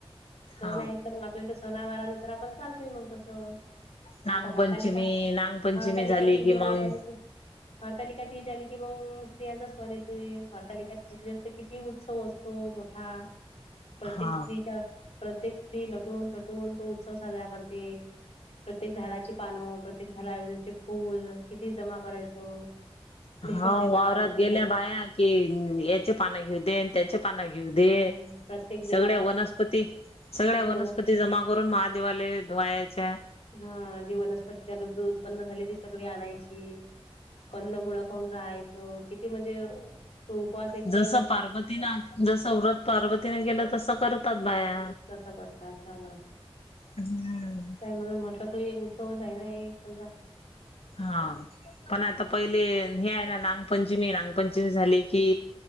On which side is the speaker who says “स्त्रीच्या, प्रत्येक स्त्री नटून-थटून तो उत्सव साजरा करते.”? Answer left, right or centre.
Left